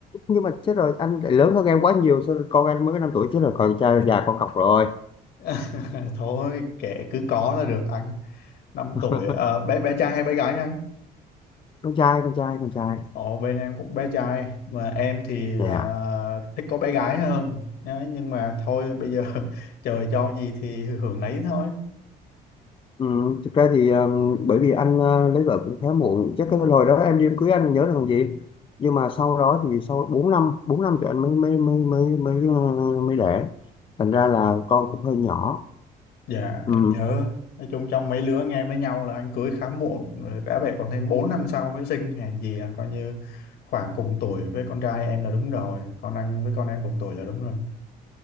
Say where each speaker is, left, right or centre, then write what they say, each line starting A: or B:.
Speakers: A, on the left; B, on the left.
A: nhưng mà chết rồi anh lại lớn hơn em quá nhiều sao con anh mới có năm tuổi chứ là con trai già con cọc rồi
B: <laughs> Thôi, kệ cứ có là được anh. năm
A: <laughs>
B: tuổi, Ờ, bé, bé trai hay bé gái nha anh?
A: con trai con trai con trai
B: Ồ, bên em cũng bé trai, mà em thì là
A: dạ
B: thích có bé gái hơn. Đấy, nhưng mà thôi, bây giờ <laughs> trời cho gì thì hưởng nấy thôi.
A: Ừ, thực ra thì um, bởi vì anh uh, lấy vợ cũng khá muộn chắc cái hồi đó em đi em cưới anh nhớ là còn gì nhưng mà sau đó thì sau bốn năm 4 năm thì anh mới mới mới mới mới uh, mới đẻ thành ra là con cũng hơi nhỏ
B: Dạ
A: ừ.
B: em nhớ Nói chung trong mấy lứa nghe với nhau là anh cưới khá muộn Rồi bé vậy còn thêm 4 năm sau mới sinh Hèn gì là coi như khoảng cùng tuổi với con trai em là đúng rồi Còn anh với con em cùng tuổi là đúng rồi